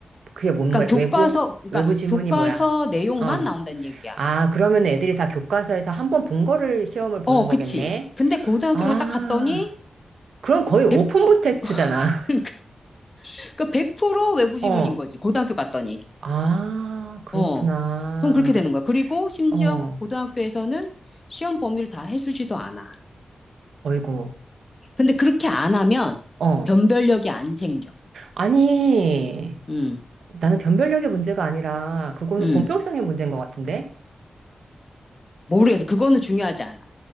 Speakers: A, on the right; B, on the left.
A: 그게 뭔,
B: 그러니까
A: 말- 외부,
B: 교과서, 그러니까
A: 외부 지문이
B: 교과서
A: 뭐야?
B: 내용만
A: 어.
B: 나온다는 얘기야.
A: 아, 그러면 애들이 다 교과서에서 한번 본 거를 시험을 보는
B: 어,
A: 거겠네?
B: 그치. 근데 고등학교를
A: 아,
B: 딱 갔더니
A: 그럼 거의 오픈북
B: 100%,
A: 테스트잖아.
B: <laughs> 그러니까, 그러니까 100%
A: <laughs>
B: 외부 지문인
A: 어.
B: 거지. 고등학교 갔더니.
A: 아, 그렇구나.
B: 어. 좀 그렇게 되는 거야. 그리고 심지어
A: 어.
B: 고등학교에서는 시험 범위를 다 해주지도 않아.
A: 어이구.
B: 근데 그렇게 안 하면
A: 어.
B: 변별력이 안 생겨.
A: 아니,
B: 음,
A: 나는 변별력의 문제가 아니라, 그거는
B: 음.
A: 공평성의 문제인 것 같은데?
B: 모르겠어. 그거는 중요하지 않아.